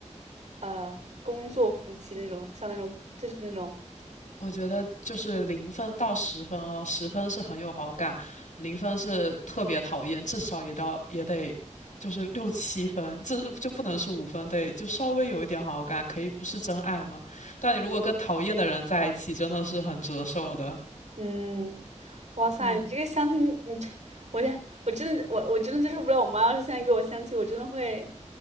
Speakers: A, on the right; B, on the left.
A: 呃工作夫妻那种，像那种就是那种
B: 我觉得就是零分到十分哦，十分是很有好感，零分是特别讨厌，至少也到也得就是六七分，这就不能是五分，得就稍微有一点好感，可以不是真爱嘛。但你如果跟讨厌的人在一起，真的是很折寿的。
A: 嗯，哇塞，
B: 嗯，
A: 你这个相亲，你这我这我真的我我真的接受不了，我妈要是现在给我相亲，我真的会